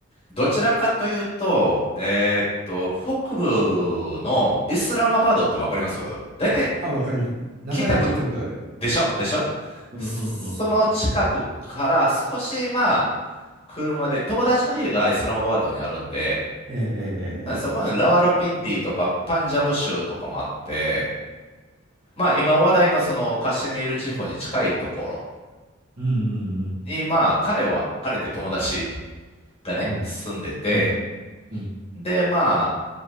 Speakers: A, on the left; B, on the right.
A: どちらかというと、えーっと、北部のイスラマバードってわかります大体
B: あ、わかる。名前は聞いたことある。
A: 聞いたことでしょでしょ
B: うんうんうんうん。
A: その近くから少し、まあ、車で、友達の家がイスラマバードにあるんで、
B: えええ
A: そこにラワルピンディとかパンジャブ州とかもあって、
B: えええ。
A: まあ今話題のそのカシミール地方に近いところ
B: うんうん
A: に、まあ、彼は、彼って友達がね、
B: うん
A: 住んでて、
B: うんうん。
A: で、まあ、